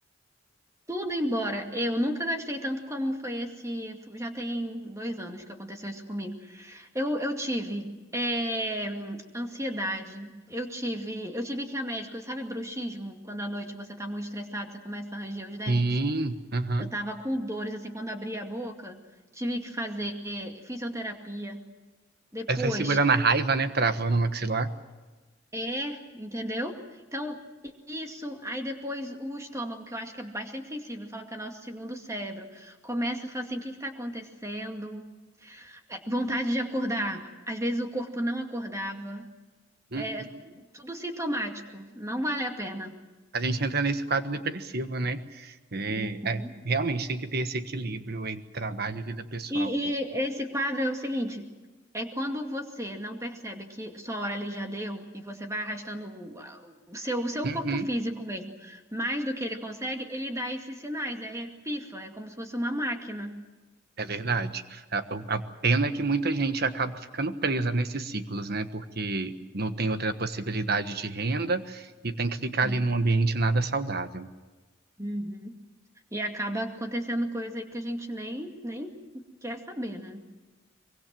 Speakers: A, on the right (about 15°); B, on the right (about 55°).
A: Tudo embora, eu nunca gastei tanto como foi esse. Já tem dois anos que aconteceu isso comigo. Eu, eu tive é, ansiedade, eu tive, eu tive que ir a médico, sabe, bruxismo? Quando à noite você tá muito estressado, você começa a ranger os dentes.
B: Sim, aham.
A: Eu tava com dores, assim, quando abria a boca, tive que fazer é, fisioterapia. Depois,
B: Aí sai segurando a raiva, né? Travando o maxilar.
A: É, entendeu? Então, i- isso, aí depois o estômago, que eu acho que é bastante sensível, fala que é o nosso segundo cérebro, começa a falar assim, o que que tá acontecendo? É, vontade de acordar, às vezes o corpo não acordava,
B: Uhum.
A: é tudo sintomático, não vale a pena.
B: A gente entra nesse quadro depressivo, né? É,
A: Uhum.
B: é, realmente tem que ter esse equilíbrio entre trabalho e vida pessoal,
A: E,
B: pô.
A: e esse quadro é o seguinte: é quando você não percebe que sua hora ali já deu e você vai arrastando o, a- o seu, o seu
B: Uhum.
A: corpo físico mesmo mais do que ele consegue, ele dá esses sinais. Aí é pifa, é como se fosse uma máquina.
B: É verdade. A, o- a pena é que muita gente acaba ficando presa nesses ciclos, né? Porque não tem outra possibilidade de renda e tem que ficar
A: Sim.
B: ali num ambiente nada saudável.
A: Uhum. E acaba acontecendo coisa aí que a gente nem, nem quer saber, né?